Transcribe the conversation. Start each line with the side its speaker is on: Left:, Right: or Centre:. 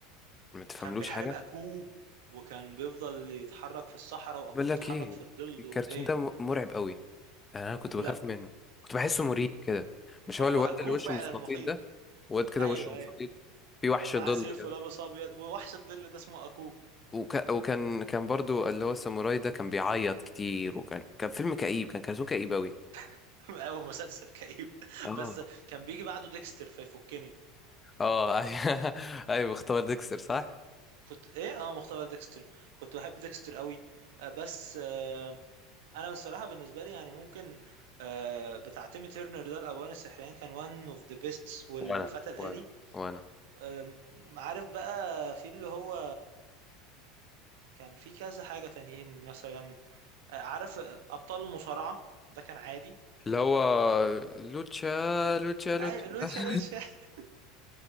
Left: ما تفهملوش
Right: كان بيحارب
Left: حاجه
Right: اكوه وكان بيفضل يتحرك في الصحراء واكوه
Left: بقول لك
Right: بيتحرك
Left: ايه
Right: في الظل
Left: الكرتون
Right: وايه
Left: ده م- مرعب قوي انا كنت بخاف
Right: لا
Left: منه كنت بحسه مريب كده مش هو
Right: هو
Left: الواد
Right: اكوه
Left: اللي وشه
Right: فعلا
Left: مستطيل
Right: مخيف
Left: ده واد كده
Right: ايوه
Left: وشه مستطيل
Right: ايوه
Left: في وحش
Right: ومعاه
Left: ظل
Right: سيف
Left: كده
Right: ولابس ابيض ووحش الظل ده اسمه اكوه
Left: وك... وكان كان برضو اللي هو الساموراي ده كان بيعيط كتير وكان كان فيلم كئيب كان كرتون كئيب قوي
Right: <laughs> او مسلسل كئيب <laughs>
Left: اه
Right: بس كان بيجي بعده ديكستر فيفكني
Left: اه ايوه <laughs> ايوه اختار ديكستر صح
Right: كنت ايه اه مختبر ديكستر كنت بحب ديكستر قوي آه، بس آه، انا الصراحه بالنسبه لي يعني ممكن آه، بتاع تيمي تيرنر ده الأوان السحريان كان one of the best والفتى
Left: وانا
Right: الآلي
Left: وانا وانا
Right: أم، عارف بقى في اللي هو كان في كذا حاجة تانيين مثلا أه، عارف أبطال المصارعة ده كان عادي
Left: اللي هو لوتشا لوتشا لوتشا
Right: اي لوتشا
Left: <laughs>
Right: لوتشا <laughs>